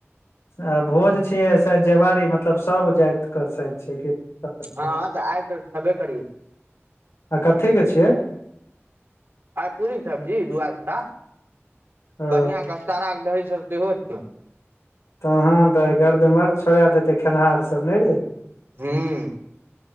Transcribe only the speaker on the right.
हँ तऽ आइ त छबे करौ
आइ पूड़ी सब्जी दुआदसा
बढ़िआँ कसटारा के दही सभ सेहो छै।
हुँ